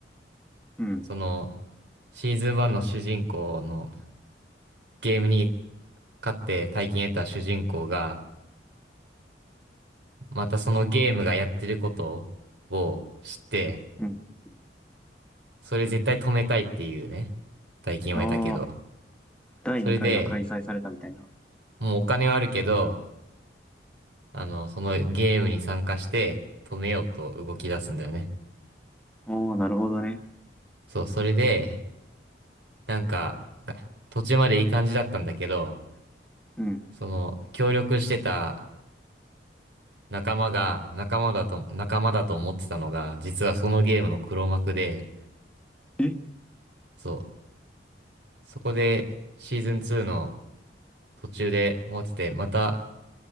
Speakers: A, in the centre; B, on the right.
A: うん。
B: その、シーズン1の主人公のゲームに勝って大金得た主人公が、またそのゲームがやってることを知って、
A: うん。
B: それ絶対止めたいっていうね、大金を得たけど。
A: ああ、第2回が開催されたみたいな。
B: それで、もうお金はあるけど、あの、そのゲームに参加して止めようと動き出すんだよね。
A: ああ、なるほどね。
B: そう、それで、なんか、途中までいい感じだったんだけど、
A: うん。
B: その、協力してた仲間が、仲間だと、仲間だと思ってたのが、実はそのゲームの黒幕で、
A: え、
B: そう、そこでシーズン2の途中で終わってて、また